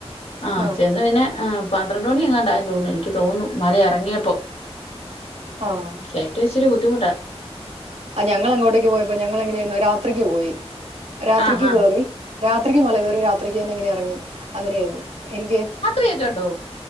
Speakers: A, on the left; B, on the right.
A: ആഹ്‌
B: ആഹ്
A: ചെന്ന് പിന്നെ ആഹ് പന്ത്രണ്ട് മണി എങ്ങാണ്ടായന്ന് തോന്നുന്നു എനിക്ക് തോന്നുന്നു മല എറങ്ങിയപ്പൊ
B: ആഹ്
A: കേറ്റം ഇച്ചിരി ബുദ്ധിമുട്ടാ
B: ആഹ് ഞങ്ങളങ്ങോട്ടേക്ക് പോയപ്പോ ഞങ്ങളെങ്ങനെയായിരുന്നു രാത്രിക്ക് പോയി രാത്രിക്ക്
A: ആഹാ
B: കേറി രാത്രിക്ക് മലകേറി രാത്രിക്ക് തന്നെ ഇങ്ങനെ എറങ്ങി അങ്ങനെയാരുന്നു എനിക്ക്
A: കേറ്റല്ണ്ടോ